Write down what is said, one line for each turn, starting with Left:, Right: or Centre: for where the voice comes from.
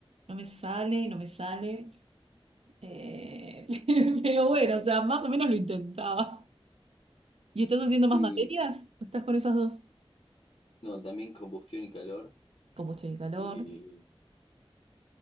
Right: No me sale, no me sale. Eh, <laughs> pero bueno, o sea, más o menos lo intentaba. ¿Y estás haciendo
Left: sí,
Right: más materias? ¿O estás con esas dos?
Left: no, también combustión y calor,
Right: Combustión y calor.
Left: que